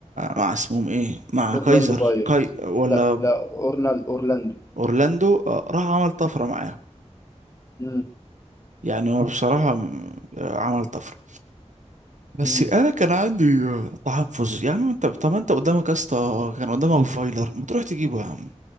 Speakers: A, on the right; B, on the left.
A: مع اسمهم ايه مع
B: اورلاندو
A: كايزر
B: بايرز
A: كاي ولا
B: لا لا اورنال اورلاندو
A: اورلاندو آه، راح عمل طفرة معاهم
B: امم
A: يعني هو بصراحة م- آه، عمل طفرة بس
B: مم.
A: انا كان عندي آه، تحفظ يا عم انت طب ما انت قدامك يا اسطى كان قدامك فايلر ما تروح تجيبه يا عم